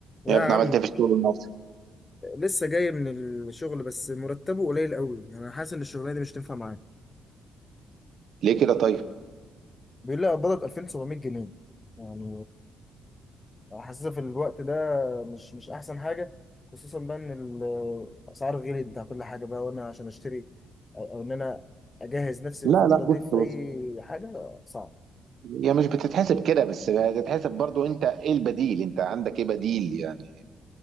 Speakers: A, on the left; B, on the right.
A: يا
B: يا ابني
A: عم
B: عملت ايه في الشغل النهارده
A: لسه جاي من الشغل بس مرتبه قليل قوي يعني انا حاسس ان الشغلانه دي مش تنفع معايا
B: ليه كده طيب
A: بيقول لي اقبضك 2700 جنيه يعني آه، حاسسها في الوقت ده مش مش احسن حاجه خصوصا بقى ان الاسعار غليت بتاع كل حاجه بقى وانا عشان اشتري او أو ان انا اجهز نفسي
B: لا
A: الفتره
B: لا
A: دي
B: بص
A: في
B: بص
A: اي حاجه صعب
B: هي مش بتتحسب كده بس بتتحسب برضو انت ايه البديل انت عندك ايه بديل يعني